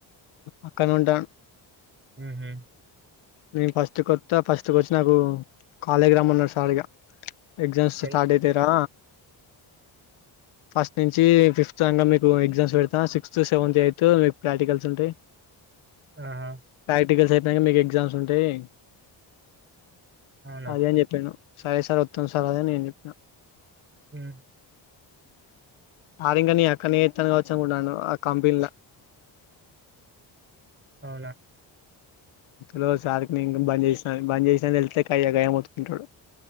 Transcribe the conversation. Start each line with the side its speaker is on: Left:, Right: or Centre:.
Left: అక్కనుంతండు
Right: ఉహు
Left: నేను ఫస్ట్ కొత్తా ఫస్ట్ క వచ్చి నాకు కాలేజీ రమ్ ఉన్నాడు సారిగా ఎగ్జామ్స్
Right: ఎన్-
Left: స్టార్ట్ అయితా రా ఫస్ట్ నుంచి ఫిఫ్త్ంగా మీకు ఎగ్జామ్స్ పెడతాను సిక్స్త్ సెవెంతత్ ఎయిత్ మీకు ప్రాక్టికల్స్ ఉంటాయి
Right: ఆహా
Left: ప్రర్టికల్స్ అయిపోనాక మీకు ఎగ్జామ్స్ ఉంటాయి
Right: అవునా
Left: అదని చెప్పిండు సరే సార్ వత్తాం సార్ అదేని నేను చెప్పినాను
Right: ఉ
Left: సార్ ఇంకా నే అక్కడనే చెస్తాను కావచ్చు అనుకుంటన్నాను ఆ కంపెనీలా
Right: అవునా
Left: లో సార్కి న ఇం బంద్ చేసినా బంద్ చేసినా వెళ్తే కాయ గాయంమతుకుంటాడు